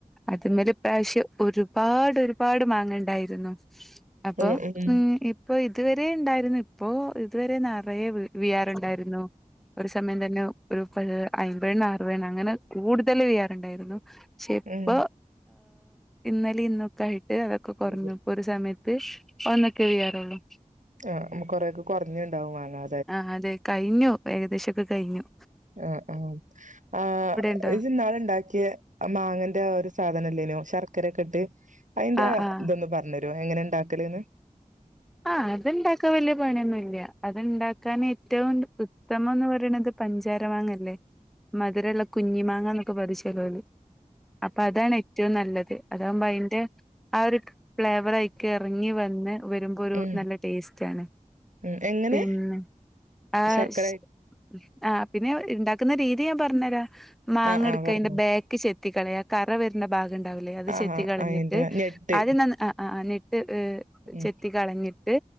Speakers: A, in the centre; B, on the right (about 70°).
A: അത് മേലെ ഈ പ്രാവശ്യം ഒരുപാട് ഒരുപാട് മാങ്ങ ഇണ്ടായിരുന്നു അപ്പാം
B: ഉം ഉം
A: ഇപ്പൊ ഇത് വേരെഉണ്ടായിരുന്നു ഇപ്പൊ ഇത് വേരെ നെറയെ വിയാറ് ഉണ്ടായിരുന്നു ഒര് സമയം തന്നെ ഒര് അയമ്പണം ആറ്വണ്ണം അങ്ങനെ കൂടുതല് വിയാറ് ഉണ്ടായിരുന്നു പക്ഷേ ഇപ്പോ
B: ഉം
A: ഇന്നലെ ഇന്നൊക്കെ ആയിട്ട് അതൊക്കെ കൊറഞ്ഞു
B: ഊര്
A: ഒര് സമയ <unintelligible>
B: ആഹ് ഞമ്മക്ക് കൊറെ കൊറഞ്ഞ് ഇണ്ടാവും മങ്ങാ
A: ആഹ് അതെ കയിഞ്ഞു ഏകദേശൊക്കെ കയിഞ്ഞു
B: ആഹ് ആഹ് ആഹ്
A: ഉണ്ടോ
B: ഇജ്ജ് നാള് ണ്ടാക്കിയ അ മാങ്ങന്റെ ഒര് സാധനം ഇല്ലേനു ശർക്കരയൊക്കെ ഇട്ട് അയിന്റെ
A: ആഹ് ആഹ്
B: ഇതൊന്ന് പറഞ്ഞ് ട്ടു എങ്ങനെ ഇണ്ടാക്കല്ന്ന്
A: ആഹ് അത് ഇണ്ടാക്കാൻ വല്ല്യായ പണിയൊന്നും ഇല്ല അത് ണ്ടാക്കാൻ ഏറ്റോം ത്തമം ന്ന് പറയണത് പഞ്ചാര മാങ്ങയില്ലേ മധുരള്ള കുഞ്ഞി മാങ്ങന്നൊക്കെ പറിം ചെലോല് അപ്പൊ അതാണ് ഏറ്റോം നല്ലത് അതാമ്പോ അയിന്റെ ആഹ് ഒര് ഫ്ലേവർ ആയിക്ക്യാ എറങ്ങി വേന്ന് വെരു പരു
B: ഉം
A: നല്ല ടേസ്റ്റ് ആണ്
B: ഉം എങ്ങനെ
A: പിന്നെ ആഹ്
B: ശർക്കര
A: ശ് ആഹ് പിന്നെ ഇണ്ടാക്ക്ന്നാ രീതി ഞാൻ പറഞ്ഞ് തൊരാം മാങ്ങ
B: ആഹ് ആഹ്
A: എട്ക്ക്യാ
B: പറഞ്ഞോ
A: അയിന്റെ ബാക്ക് ചെത്തി കളയാ കറ വേരേണ ഭാഗം ഇണ്ടാവൂല്ല അത്
B: ആഹ്
A: ചെത്തി
B: ആഹ്
A: കളഞ്ഞിട്ട്
B: അയിന്റെ ഞെട്ട്
A: ആദ്യം ന ആഹ് ആഹ് നെട്ട് ഏഹ്
B: ഉം
A: ചെത്തി കളഞ്ഞിട്ട്